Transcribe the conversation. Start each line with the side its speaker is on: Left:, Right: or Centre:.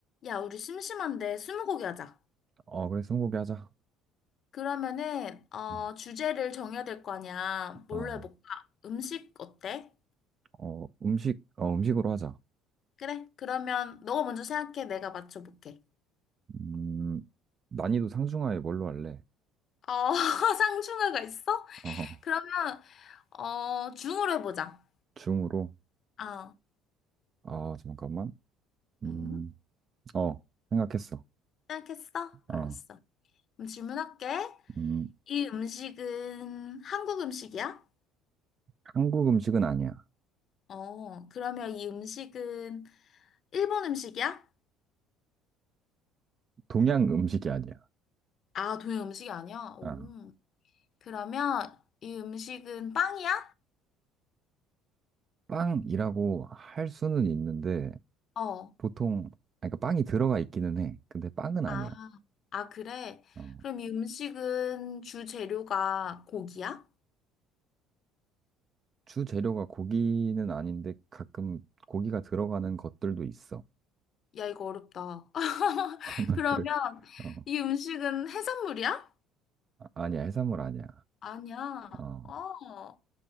Left: 야, 우리 심심한데 스무고개 하자.
Right: 어, 그래, 스무고개 하자.
Left: 그러면은 어
Right: 음.
Left: 주제를 정해야 될 거 아니야. 뭘로
Right: 어,
Left: 해볼까? 음식 어때?
Right: 어, 음식, 어, 음식으로 하자.
Left: 그래. 그러면 너가 먼저 생각해. 내가 맞춰볼게.
Right: 음, 난이도 상중하에 뭘로 할래?
Left: 어 <laughs> 상충하가 있어?
Right: 어,
Left: 그러면 어 중으로 해보자.
Right: 중으로.
Left: 아,
Right: 아, 잠깐만. 음,
Left: 음,
Right: 어, 생각했어.
Left: 생각했어?
Right: 어,
Left: 알았어. 그럼 질문할게.
Right: 음,
Left: 이 음식은 한국 음식이야?
Right: 한국 음식은 아니야.
Left: 어, 그러면 이 음식은 일본 음식이야?
Right: 동양 음식이 아니야.
Left: 아, 동양 음식이 아니야? 오.
Right: 아,
Left: 그러면 이 음식은 빵이야?
Right: 빵이라고 할 수는 있는데,
Left: 어.
Right: 보통, 아, 그러니까 빵이 들어가 있기는 해. 근데 빵은 아니야.
Left: 아, 아, 그래.
Right: 어,
Left: 그럼 이 음식은 주 재료가 고기야?
Right: 주 재료가 고기는 아닌데, 가끔 고기가 들어가는 것들도 있어.
Left: 야, 이거 어렵다. <laughs>
Right: <laughs> 나
Left: 그러면
Right: 그래. 어.
Left: 이 음식은 해산물이야?
Right: 아니야, 해산물 아니야.
Left: 아니야.
Right: 어,
Left: 어.